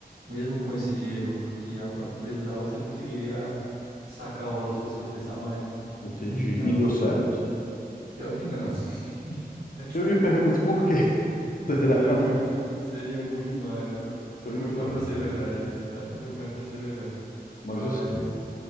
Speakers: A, on the right; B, on the left.
A: mesmo com esse dinheiro que a própria empresa dá, você conseguiria sacar o valor se você fizesse a mais, né?
B: Entendi.
A: Então,
B: E deu certo?
A: pior que não. <laughs>
B: Eu me pergunto por quê, <laughs>
A: Seria
B: será?
A: bom de... Seria bom demais, né, mano?
B: Pois
A: É bom demais
B: é.
A: pra ser verdade, acreditar. né? É bom demais pra ser verdade.
B: Mas
A: Mas...
B: assim,